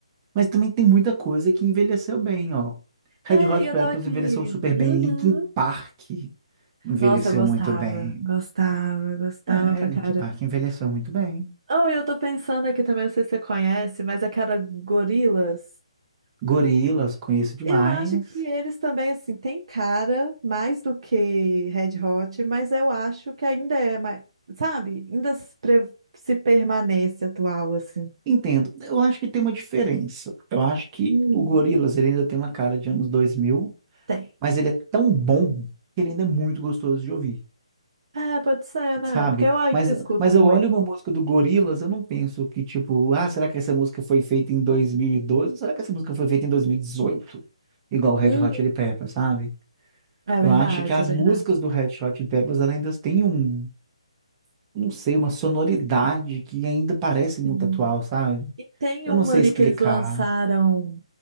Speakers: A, on the right; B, on the right.
A: Mas também tem muita coisa que envelheceu bem, ó. Red
B: É,
A: Hot
B: e
A: Chili
B: eu
A: Peppers
B: tava aqui.
A: envelheceu super bem,
B: Uhum.
A: Linkin Park envelheceu
B: Nossa, eu gostava,
A: muito bem.
B: gostava, gostava
A: É,
B: pra
A: Linkin
B: caramba.
A: Park envelheceu muito bem.
B: Oh, e eu tô pensando aqui também, não sei se você conhece, mas aquela gorilas
A: Gorillaz, conheço demais.
B: Eu acho que eles também, assim, têm cara mais do que Red Hot, mas eu acho que ainda é mais, sabe? Ainda se, pre- se permanece atual, assim.
A: Entendo. Eu acho que tem uma diferença. Eu acho que
B: Hum.
A: o Gorillaz ele ainda tem uma cara de anos dois mil
B: Tem.
A: mas ele é tão bom que ele ainda é muito gostoso de ouvir,
B: É, pode ser, né?
A: sabe?
B: Porque eu ainda
A: Mas,
B: escuto
A: mas
B: muito.
A: eu olho uma música do Gorillaz, eu não penso que, tipo, ah, será que essa música foi feita em 2012? Ou será que essa música foi feita em 2018? Igual o Red
B: Uhum.
A: Hot Chili Peppers, sabe?
B: É
A: Eu
B: verdade,
A: acho que as
B: é verdade.
A: músicas do Red Hot Chili Peppers ela ainda têm um, não sei, uma sonoridade que ainda parece muito
B: Sim.
A: atual, sabe?
B: E tem
A: Eu
B: uma
A: não sei
B: ali
A: explicar.
B: que eles lançaram,